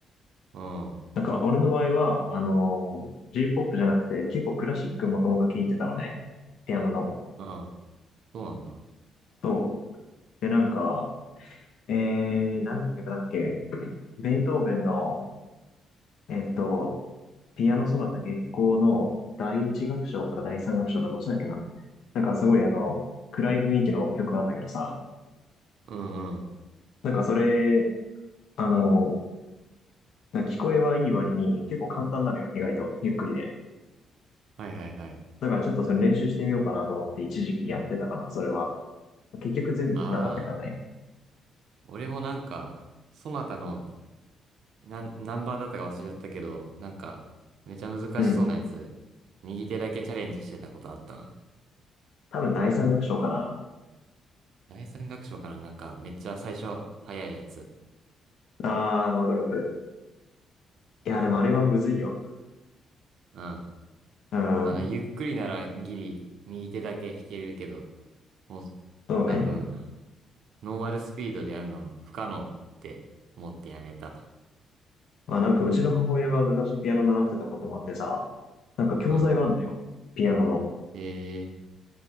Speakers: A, on the right (about 70°); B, on the left (about 70°).
A: うん、あ
B: なんか俺の場合は、あの、J-POP じゃなくて結構クラシックもともと聴いてたのね。ピアノの。
A: あ、そうなんだ。
B: そう。で、なんか、えー、誰の曲だっけベートーベンの、えっと、ピアノソナタ月光の第一楽章か第三楽章かどっちだっけな。なんかすごいあの、暗い雰囲気の曲なんだけどさ、
A: うんうん。
B: なんかそれ、あの、なんか聞こえはいい割に結構簡単なのよ、意外と。ゆっくりで。
A: はいはいはい。
B: だからちょっとそれ練習してみようかなと思って一時期やってたかな、それは。結局全部できなかったけどね。
A: ああ、俺もなんか、そなたの、なん、何番だったか忘れちゃったけど、なんか、めちゃ難しそうなやつ、
B: うん。
A: 右手だけチャレンジしてたことあったな。
B: 多分第三楽章かな。
A: 第三楽章かななんか、めっちゃ最初、早いやつ。
B: あー、わかるわかる。いや、でもあれはむずいよ。
A: うん。ま
B: うん。
A: あな、ゆっくりならギリ、右手だけ弾けるけど、もう、
B: そうね。
A: 多分、ノーマルスピードでやるのは不可能って思ってやめた。
B: まあなんかうちの母親が昔ピアノ習ってたこともあってさ、なんか教材があるんだよ。
A: うん。
B: ピアノの。
A: ええ